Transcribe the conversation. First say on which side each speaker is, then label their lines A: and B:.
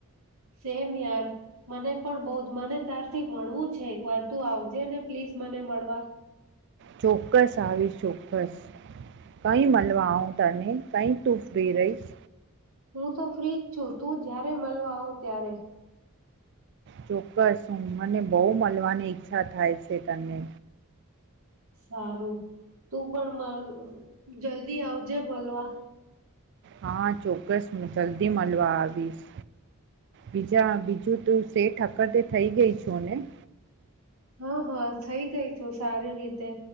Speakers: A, on the right (about 75°); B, on the right (about 55°).
A: સેમ યાર મને પણ બહુ જ મને ત્યારથી મળવું છે એક વાર તું આવજે ને પ્લીઝ મને મળવા
B: ચોક્કસ આવીશ ચોક્કસ કઈ મળવા આવું તને કઇ તુ ઉભી રહીશ
A: હું તો ફ્રી જ છું તું જ્યારે મળવા આવ ત્યારે
B: ચોક્કસ મને બહુ મળવાની ઈચ્છા થાય છે તને
A: સારું તું પણ મલ જલ્દી આવજે મળવા
B: હા ચોક્કસ જલ્દી મળવા આવીશ બીજા બીજું તું <unintelligible> થઈ ગઈ છો ને
A: હા હા થઈ ગઈ છું સારી રીતે